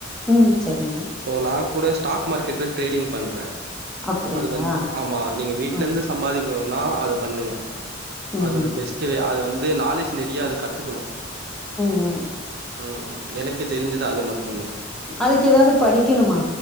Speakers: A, in the centre; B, on the right.
A: ம் செரிங்க
B: போ நா கூட ஸ்டாக் மார்க்கெட்ல ட்ரேடிங் பண்றே
A: அப்டிங்களா
B: அது வந்த்ட்டு ஆமா நீங்க வீட்லேந்து
A: ஆ
B: சம்பாதிக்கணுனா அது பண்ணுங்க
A: ம்
B: அது ஒரு பெஸ்ட் வே அது வந் து நாலேஜ் நெறிய அது கத்துக்குணோ
A: ம் ம்
B: ம் எனக்கு தெரிஞ்சது அது மட்
A: அதுக்கு எதாது படிக்கிணுமா